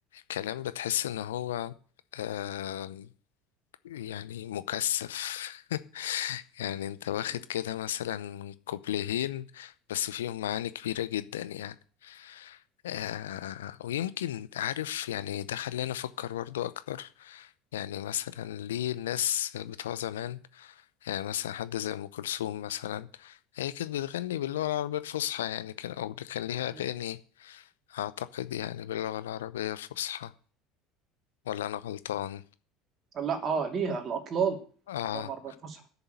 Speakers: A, on the left (about 75°); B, on the right (about 40°).
A: كلام بتحس ان هو آه يعني مكثف <laughs> يعني انت واخد
B: م-
A: كده مثلا كوبليهين بس فيهم معاني كبيرة جدا يعني آه ويمكن عارف يعني ده خلاني أفكر برضو أكتر يعني مثلا ليه الناس بتوع زمان يعني مثلا حد زي أم كلثوم مثلا هي كانت بتغني باللغة العربية الفصحى يعني كان أو ده كان ليها أغاني
B: م.
A: أعتقد يعني باللغة العربية الفصحى ولا أنا غلطان
B: لا أه ليها الأطلال
A: آه
B: اللغة العربية الفصحى